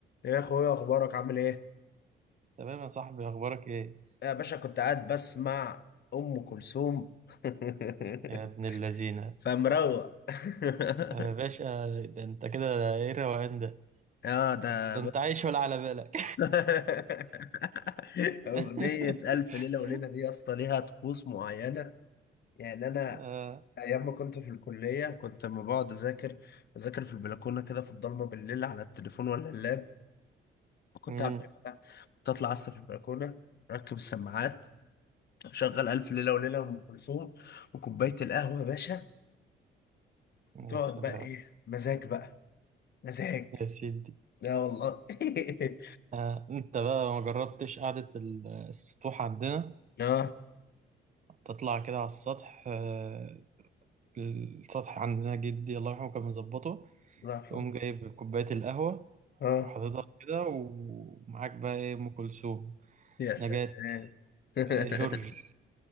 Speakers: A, on the left; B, on the right.
A: إيه يا اخويا اخبارك عامل ايه
B: تمام يا صاحبي اخبارك ايه
A: يا باشا كنت قاعد بسمع ام كلثوم <laughs>
B: يا ابن اللذينه
A: فمروق <laughs>
B: يا باشا ده انت كده ايه الروقان ده
A: اه ده
B: ده انت
A: ب-
B: عايش ولا على بالك
A: <laughs> اغنيه
B: <laughs>
A: الف ليله وليله دي يا اسطى ليها طقوس معينه يعني انا
B: آه،
A: ايام ما كنت في الكليه كنت لما بقعد اذاكر اذاكر في البلكونه كده في الضلمه بالليل على التليفون ولا اللاب كنت
B: أمم،
A: اعمل إيه بقى؟ كنت اطلع اسطى في البلكونه اركب السماعات اشغل الف ليله وليله ام كلثوم وكوبايه القهوه يا باشا
B: يا
A: تقعد
B: سلام
A: بقى ايه مزاج بقى مزاج
B: يا سيدي
A: لا والله <laughs>
B: آه، انت بقى ما جربتش قعدة ال- السطوح عندنا
A: اه
B: تطلع كده على السطح آه، السطح عندنا جدي الله يرحمه كان مظبطه
A: الله يرحمه
B: تقوم جايب كوباية القهوة
A: اه
B: وحاططها كده ومعاك بقى ايه ام كلثوم
A: يا سلام
B: نجاة
A: <laughs>
B: آه، جورج